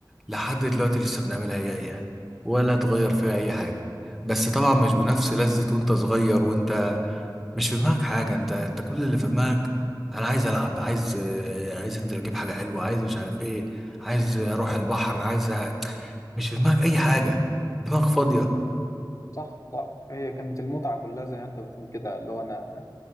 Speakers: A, in the centre; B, on the left (about 45°).
A: لحد دلوقتي لسه بنعملها هي هي ولا اتغير فيها اي حاجة بس طبعا مش بنفس لذة وانت صغير وانت مش في دماغك حاجة انت انت كل اللي في دماغك انا عايز العب عايز آه، عايز انزل اجيب حاجة حلوة عايز مش عارف ايه عايز اروح البحر عايز أ- مش في دماغك اي حاجة دماغك فاضية
B: صح صح هي كانت المتعة كلها زي ما انت بتقول كده اللي هو انا